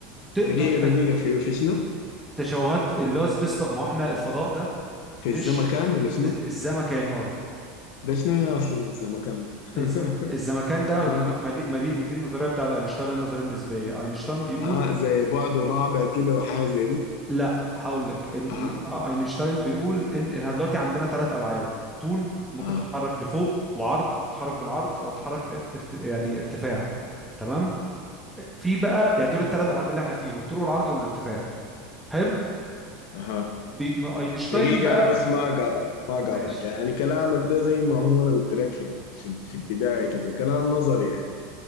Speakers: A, in the centre; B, on the left.
A: تقدر
B: دقيقة
A: ت-
B: دقيقة في في شنو؟
A: تشوهات اللي هو سبيس تايم ما هو احنا الفضاء ده
B: في
A: مش
B: الزمكان ولا شنو؟
A: الزمكان اه
B: ده شنو يا أصلي الزمكان؟ <laughs>
A: الزم... الزمكان ده
B: اه
A: أين- ما دي ما دي ما دي النظريه بتاعت اينشتاين اللي هي النظريه النسبيه اينشتاين بيقول
B: اه زي بعد الرابع كده وحاجة زي دي
A: لا هقول لك إن
B: اها
A: إن آه، اينشتاين بيقول ان إحنا دلوقتي عندنا ثلاث ابعاد طول ممكن
B: اها
A: تتحرك لفوق وعرض ممكن تتحرك بالعرض او تتحرك ارت... يعني ارتفاع تمام في بقى يعني دول الثلاث ابعاد اللي احنا فيهم الطول والعرض والارتفاع حلو
B: اها
A: بي... ن- اينشتاين
B: دقيقة
A: بقى
B: أنا بس ما قاطعك ما قاطعك
A: ماشي
B: يعني كلامك ده زي ما هو أنا قلت لك في في, في البداية كده كلام نظري يعني